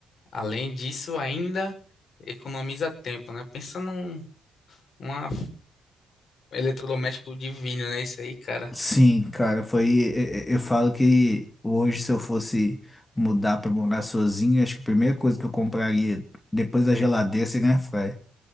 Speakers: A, on the left; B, on the left.
A: Além disso, ainda economiza tempo, né? Pensa num, uma, Eletrodoméstico divino, né? Isso aí, cara.
B: Sim, cara, foi. e- e- Eu falo que hoje, se eu fosse mudar pra morar sozinho, acho que a primeira coisa que eu compraria depois da geladeira seria um air fryer.